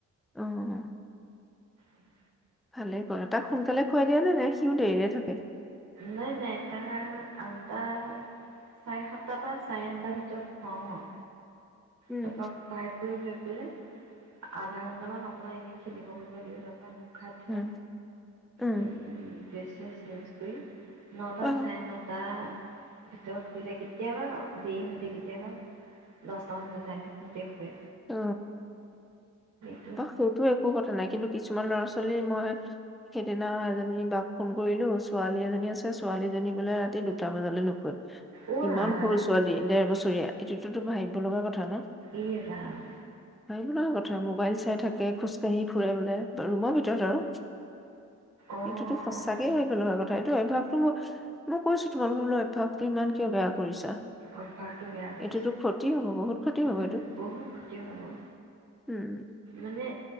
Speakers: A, in the centre; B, on the right.
A: অহ
B: উম
A: ভালে কৰাত তাক সোনকালে খুৱাই দিয়া নে সি দেৰিলে থাকে ওম
B: নাই নাই তাক আঠটা চাৰে সাতটাৰ পৰা চাৰে আঠটাৰ ভিতৰত খুৱাওঁ অ
A: উম
B: তাৰপা খুৱাই কৰি লৈ পেলাই আধা ঘন্ট মান অকমান এৰি খেলিব কৰিব দিও তাপা প্ৰখাদা
A: উম উম
B: আৰু ৰিফ্ৰেছ ইউজ কৰি নটা
A: অ
B: চাৰে নটা ভিতৰত কেতিয়াবা দেৰি সতে কেতিয়াবা দছ <unintelligible> হয়
A: অ
B: দিয়া।
A: অ সেইটো একো কথা নাই। কিন্তু কিছু তোমাৰ ল'ৰা ছোৱালী মই সেইদিনা এজনী বাক ফোন কৰিলো, ছোৱালী এজনী আছে৷ ছোৱালীজনী বোলে ৰাতি দুটা বজালে নুশুৱে৷
B: অ'
A: ইমান সৰু ছোৱালী ডেৰ বছৰীয়া৷ এইটোতো ভাবিব লগা কথা ন?
B: এ ৰাম
A: ভাবিব লগা কথা মোক ঠে থাকে খোজকাঢ়ি পুৰা বোলে৷ ৰুমৰ ভিতৰত আৰু।
B: অ'
A: এইটোতো সঁচাকে ভাবিব লগা কথা৷ অভ্যাসটো মো মই কৈছো তোমালোকে বোলো অভ্যাসটো ইমান কিয় বেয়া কৰিছা?
B: অভ্যাসটো বেয়া কৰিছে।
A: এইটোতো ক্ষতি হ'ব বহুত ক্ষতি হ'ব
B: উম
A: এইটো
B: বহুত ক্ষতি হব৷
A: উম
B: মানে